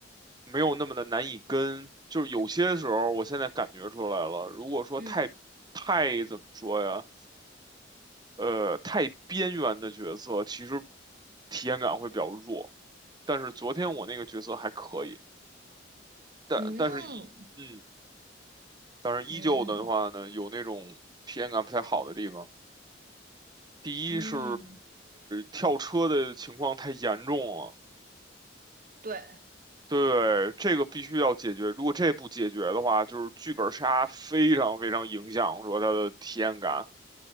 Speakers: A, on the right (about 20°); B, on the right (about 45°).
A: 没有那么的难以跟，就是有些时候，我现在感觉出来了。如果说太太怎么说呀，
B: 嗯
A: 呃，太边缘的角色，其实体验感会比较弱。但是昨天我那个角色还可以，但但是一。
B: 嗯
A: 嗯。但是依旧的话呢，
B: 嗯
A: 有那种体验感不太好的地方。第一是
B: 嗯，
A: 跳车的情况太严重了，
B: 对，
A: 对，这个必须要解决。如果这不解决的话，就是剧本杀非常非常影响说它的体验感。